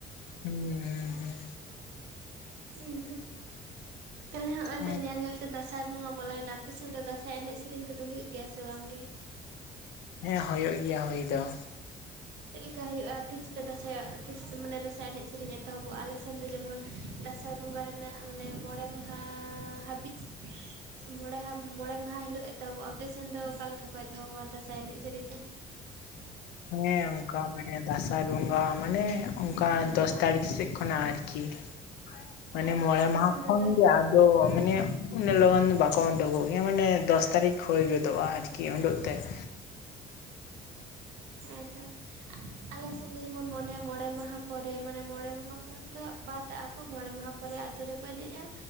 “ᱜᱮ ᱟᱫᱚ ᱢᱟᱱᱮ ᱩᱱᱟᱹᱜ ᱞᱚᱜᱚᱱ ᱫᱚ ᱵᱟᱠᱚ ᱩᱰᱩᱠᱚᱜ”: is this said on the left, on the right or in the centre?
Left